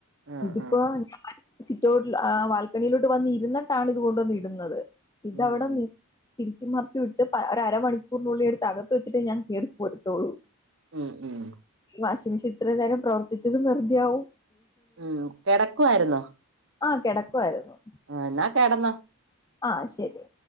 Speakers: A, on the right (about 55°); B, on the left (about 15°).
A: ആഹ്
B: ഇതിപ്പോ
A: ആഹ്
B: ഞാൻ സിറ്റോട്ടിൽ ആ വാൽക്കണിയിലോട്ട് വന്നിരുന്നിട്ടാണ് കൊണ്ടോന്നിടുന്നത് ഇതവിടെ
A: ഉം
B: നി തിരിച്ചുമറിച്ചു വ്ട്ട് ഒരു അരമണിക്കൂറിനുള്ളിൽ എടുത്ത് അകത്ത് വച്ചിട്ടേ ഞാൻ കേറി പോരത്തോള്ളൂ
A: ഉം ഉം
B: വാഷിംഗ് മെഷീൻ ഇത്ര നേരം പ്രവർത്തിച്ചത് വെറുതയാവും
A: ഉം തെടക്കുവായിരുന്നോ
B: ആ കിടക്കുവായിരുന്നു
A: ആ എന്നാ കേടന്നൊ
B: ആ ഹ്ശരി